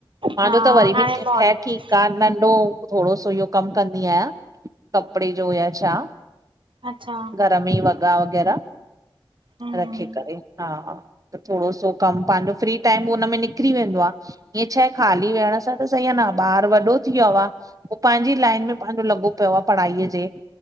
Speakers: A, on the right (about 40°); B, on the right (about 70°).
A: मांजो
B: हा
A: त वरी
B: हाणे
A: बि ठ
B: मॉर्निंग
A: ठीक आ नंढो थोड़ो सो इओ कम कंदी आयां, कपड़े जो या छा
B: अच्छा
A: घर में ही वॻा वग़ैरा
B: हम्म
A: रखी करे, हा त थोड़ो सो कम, पांजो फ्री टाइम उनमें निकरी वेंदो आ। ईंएं छाहे, खाली वेहण सां त सही आ न। ॿार वॾो थी वयो आ, हो पांजी लाइन में पांजो लॻो प्यो आ पढ़ाईअ जे।